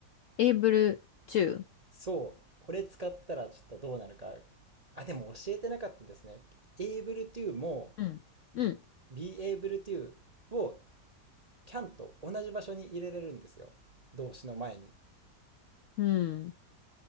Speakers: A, on the left (about 70°); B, on the right (about 40°).
A: able to.
B: そう、これ使ったらちょっとどうなるか。あ、でも教えてなかったですね。able to も
A: うん。うん。
B: be able to を can と同じ場所に入れれるんですよ。動詞の前に。
A: うん。